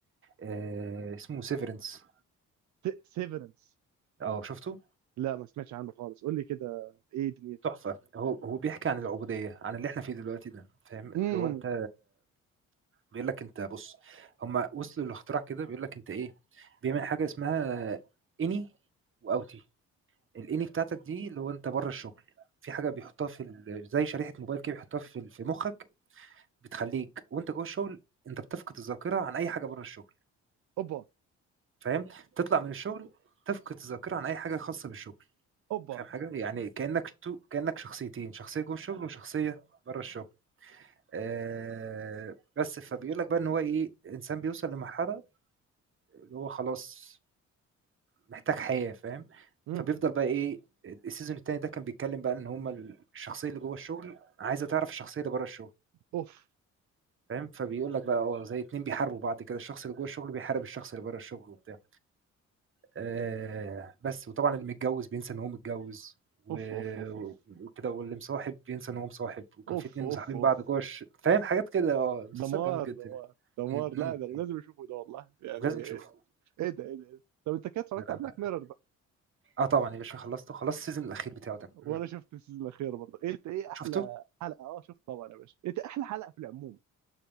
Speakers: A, on the right; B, on the right.
A: آه اسمه سيفرنس
B: سيفرنس
A: اه شفته
B: لا ما سمعتش عنه خالص قول لي كده ايه دنيته
A: تحفه هو هو بيحكي عن العبوديه عن اللي احنا فيه دلوقتي ده فاهم
B: امم
A: لو انت بيقول لك انت بص هم وصلوا للاختراع كده بيقول لك انت ايه بيعمل حاجه اسمها اني واوتي الاني بتاعتك دي اللي هو انت بره الشغل في حاجه بيحطها في ال- زي شريحه موبايل كده بيحطها في ال- في مخك بتخليك وانت جوه الشغل انت بتفقد الذاكره عن اي حاجه بره الشغل
B: اوبا
A: فاهم تطلع من الشغل تفقد الذاكره عن اي حاجه خاصه بالشغل
B: اوبا
A: فاهم حاجه يعني كانك تو... كانك شخصيتين شخصيه جوه الشغل وشخصيه بره الشغل آه... بس فبيقول لك بقى ان هو ايه انسان بيوصل لمرحله اللي هو خلاص محتاج حياه فاهم
B: امم
A: فبيفضل بقى ايه السيزون التاني ده كان بيتكلم بقى ان هما الشخصيه اللي جوه الشغل عايزه تعرف الشخصيه اللي بره الشغل
B: اوف
A: فاهم فبيقول لك بقى اه زي اتنين بيحاربوا بعض كده الشخص اللي جوه الشغل بيحارب الشخص اللي بره الشغل وبتاع آه بس وطبعا اللي متجوز بينسى ان هو متجوز و-
B: اوف اوف اوف اوف
A: وكده واللي مصاحب بينسى ان هو مصاحب وكان
B: اوف
A: في اتنين مصاحبين
B: اوف اوف
A: بعض جوه الش... فاهم حاجات كده اه مسلسل
B: دمار
A: جامد جدا
B: دمار دمار
A: م- م-
B: لا ده أنا
A: م.
B: لازم اشوفه ده والله يعني
A: لازم تشوفه
B: ايه ده ايه ده إيه ده؟ طب انت كده اتفرجت
A: لا- لا-
B: على
A: لا.
B: بلاك ميرور بقى
A: اه طبعا يا باشا خلصته خلصت السيزون الاخير بتاعه ده
B: ولا
A: م.
B: شفت السيزون الاخير برضه ايه ايه احلى
A: شفته
B: حلقه اه شفت طبعا يا باشا انت احلى حلقه في العموم